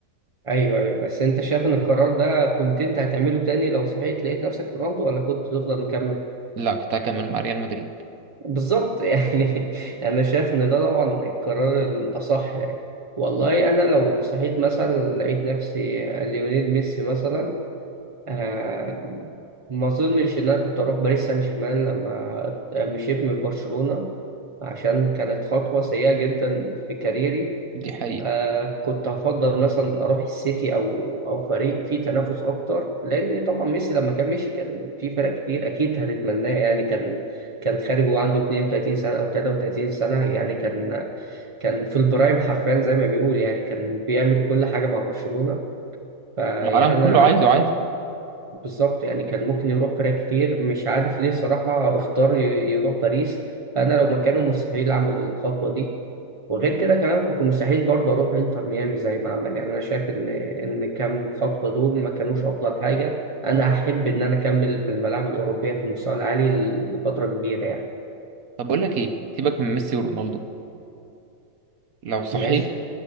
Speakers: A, on the right; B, on the right.
A: ايوه ايوه بس انت شايف ان القرار ده كنت انت هتعمله تاني لو صحيت لقيت نفسك في رونالدو ولا كنت تفضل مكمل
B: لا كنت هكمل مع ريال مدريد
A: بالظبط يعني <laughs> انا شايف ان ده طبعا القرار الاصح يعني والله انا لو صحيت مثلا لقيت نفسي ليونيل ميسي مثلا آه، ما اظنش ان انا كنت اروح باريس سان جيرمان لما مشيت من برشلونة عشان كانت خطوة سيئة جدا في كاريري
B: دي حقيقة
A: آه كنت هفضل مثلا اروح السيتي او او فريق فيه تنافس اكتر لان طبعا ميسي لما كان مشي كان في فرق كتير اكيد هتتمناه يعني كان كان خارج وعنده 32 سنة او 33 سنة يعني كان كان في البرايم حرفيا زي ما بيقول يعني كان بيعمل كل حاجة مع برشلونة فيعني
B: العالم
A: انا
B: كله عايزه عادي
A: بالظبط يعني كان ممكن يروح فرق كتير مش عارف ليه صراحة اختار ي- يروح باريس فأنا لو مكانه مستحيل أعمل الخطوة دي وغير كده كمان كنت مستحيل برضه أروح إنتر ميامي زي ما عمل يعني أنا شايف إن إن كام خطوة دول ما كانوش أفضل حاجة أنا أحب إن أنا أكمل في الملاعب الأوروبية في المستوى العالي لفترة كبيرة يعني
B: طب بقول لك ايه سيبك من ميسي ورونالدو لو صحيت
A: ماشي